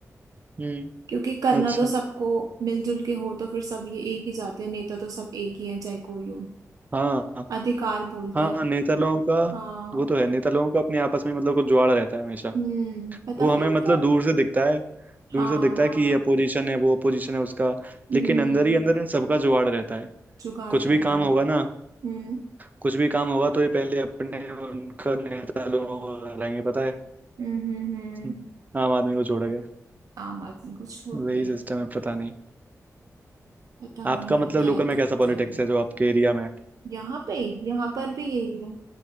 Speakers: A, on the right (about 30°); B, on the right (about 80°).
A: हम्म
B: क्योंकि करना
A: अच्छा
B: तो सबको मिलजुल के हो तो फिर सब ये एक ही चाहते हैं नेता तो सब एक ही है चाहे कोई हो
A: हाँ
B: अधिकार बोलते
A: हाँ
B: हैं
A: नेता लोगों का
B: हाँ
A: वो तो है नेता लोगों का अपने आपस में मतलब कुछ जुआड़ा रहता है हमेशा
B: हम्म पता
A: वो हमें
B: नहीं
A: मतलब
B: इनका
A: दूर से दिखता है दूर
B: हाँ
A: से दिखता
B: हाँ
A: है कि ये अपोजिशन है वो अपोजिशन है उसका
B: हम्म
A: लेकिन
B: हम्म
A: अंदर ही अंदर इन सबका जुआड़ रहता है
B: जुगाड़
A: कुछ
B: रहता
A: भी काम
B: है
A: होगा ना
B: हम्म
A: कुछ भी काम होगा तो ये पहले अपने उनका नेता लोगों को लड़ाएंगे पता है
B: हम्म हम्म हम्म।
A: हम्म, आम आदमी को छोड़ के
B: आम आदमी को छोड़
A: वही
B: के
A: सिस्टम है पता नहीं
B: पता
A: आपका
B: नहीं
A: मतलब
B: क्या
A: लोकल
B: ही
A: में
B: करते
A: कैसा पॉलिटिक्स
B: हैं
A: है जो आपके एरिया में है?
B: यहाँ पे यहाँ पर भी यही है